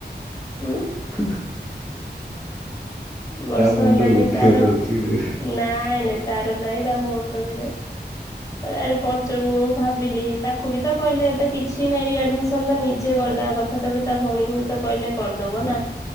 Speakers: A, on the left (about 15°); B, in the centre.
A: ଉଁ
B: ହଁ
A: ବର୍ଷ
B: ମୁଣ୍ଡରେ
A: ହେଲାଣି
B: ବୁଦ୍ଧିମତା
A: ତାର
B: ଅଛି କି ନାହିଁ।
A: ନାଇଁ ନାଇଁ ତାର ନାଇଁ ତା ଭୋ କହିବିନି ଆରେ ପଚମ ମୁଁ ଭାବିଲି ତାକୁ ବି ତ କହିଲେ ଏତେ କିଛି ନାଇଁ ଆଡମିଶନ୍ ତ ନିଜେ କରିଦବା କଥା ତାପରେ ତା ଭଉଣୀକୁ ବି ତ କହିଲେ। କରିଦବ
B: ହୁଁ
A: ନା